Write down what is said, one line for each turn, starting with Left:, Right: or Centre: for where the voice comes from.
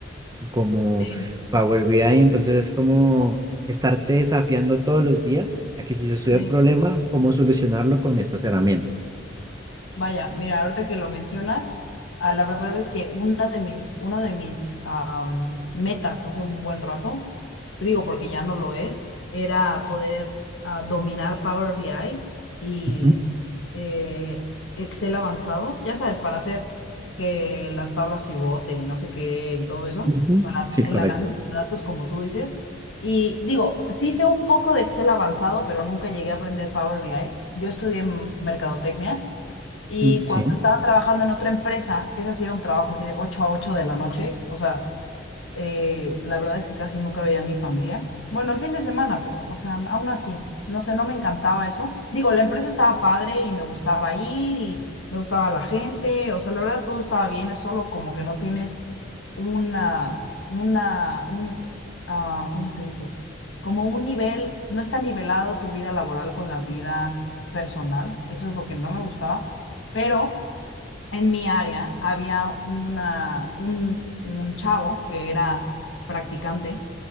Right: como
Left: sí,
Right: Power BI, entonces es como estarte desafiando todos los días a que si se sube
Left: sí.
Right: un problema, cómo solucionarlo con estas herramientas.
Left: Vaya, mira, ahorita que lo mencionas, ah, la verdad es que una de mis, una de mis am, metas hace un buen rato, digo porque ya no lo es, era poder ah, dominar Power BI y
Right: Ujú,
Left: eh, Excel avanzado, ya sabes, para hacer que las tablas pivote y no sé qué y todo eso,
Right: ujú.
Left: para
Right: Sí,
Left: el
Right: correcto.
Left: análisis de datos como tú dices. Y digo, sí sé un poco de Excel avanzado, pero nunca llegué a aprender Power BI. Yo estudié mm, mercadotecnia. Y
Right: Mm, Sí,
Left: cuando estaba trabajando en otra empresa, que esa sí era un trabajo así de 8 a 8 de la noche, o sea, eh, la verdad es que casi nunca veía a mi familia. Bueno, el fin de semana, pero, o sea, aún así, no sé, no me encantaba eso. Digo, la empresa estaba padre y me gustaba ir y me gustaba la gente, o sea, la verdad todo estaba bien, es solo como que no tienes una, una, un, ah, ¿cómo se dice? Como un nivel, no está nivelado tu vida laboral con la vida personal, eso es lo que no me gustaba, pero en mi área había una, un, un chavo que era practicante